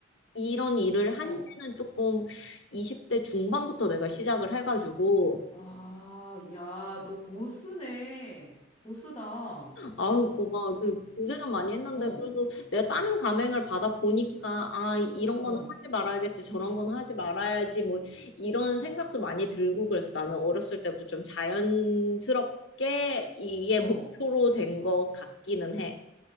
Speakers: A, on the left (about 80°); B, on the left (about 25°).
A: 이런 일을 한
B: 어.
A: 지는 조금 20대 중반부터 내가 시작을 해가지고,
B: 아, 야, 너 고수네. 고수다. 어,
A: 아유, 고마워. 그 고생은 많이 했는데
B: 어,
A: 그래도 내가 다른 감행을 받아 보니까 아 이런 거는
B: 어,
A: 하지 말아야겠지, 저런 건 하지 말아야지 뭐 이런 생각도 많이 들고 그래서 나는 어렸을 때부터 좀 자연스럽게 이게
B: 어.
A: 목표로 된 것 같기는 해.